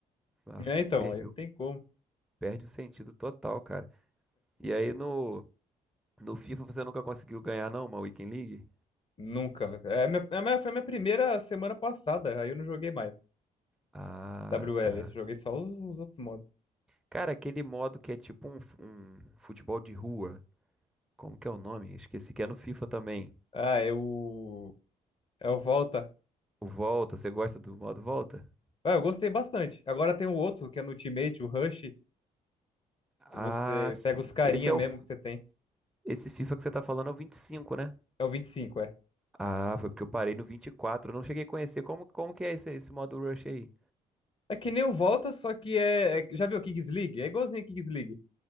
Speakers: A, in the centre; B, on the left (about 35°).
A: Ah,
B: É, então,
A: perdeu,
B: aí não tem como.
A: perde o sentido total, cara. E aí no, no FIFA você nunca conseguiu ganhar, não, uma Weekend League?
B: Nunca. velho. É, a minha, a minha- foi a minha primeira semana passada, aí eu não joguei mais.
A: Ah,
B: WL,
A: tá.
B: joguei só os, os outros modos.
A: Cara, aquele modo que é tipo um, f- um futebol de rua. Como que é o nome? Esqueci que é no FIFA também.
B: Ah, é o. É o Volta.
A: O Volta, você gosta do modo Volta?
B: Ah, eu gostei bastante. Agora tem o outro, que é no Ultimate, o Rush,
A: Ah,
B: que você
A: sim.
B: pega os carinha
A: Esse é
B: mesmo
A: o. f-
B: que você tem.
A: Esse FIFA que você tá falando é o 25, né?
B: É o vinte e cinco é.
A: Ah, foi porque eu parei no 24. Eu não cheguei a conhecer como, como que é esse, esse modo rush aí.
B: É que nem o Volta, só que é. é- Já viu o Kings League? É igualzinho a Kings League.